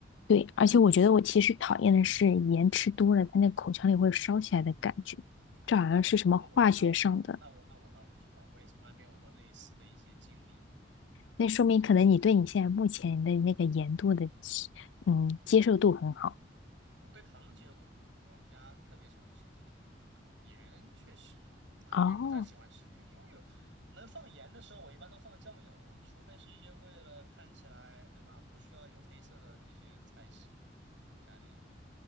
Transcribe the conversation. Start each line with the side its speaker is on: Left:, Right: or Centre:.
Left: 对，而且我觉得我其实讨厌的是盐吃多了，它那个口腔里会烧起来的感觉，
Right: 哦，
Left: 这好像是什么化学上的，
Right: 那我那我那我那我那我倒不知道，我也从来没有过类似的一些经历。
Left: 那说明可能你对你现在目前的那个盐度的，嗯，接受度很好。
Right: 我对糖的接受度很高，因为我们家特别喜欢吃糖。盐确实啊，
Left: 哦，
Right: 我也不太喜欢吃盐，因为有能放盐的时候，我一般都放酱油了，除非是一些为了看起来，对吧，不需要有黑色的那些菜系，会加点盐。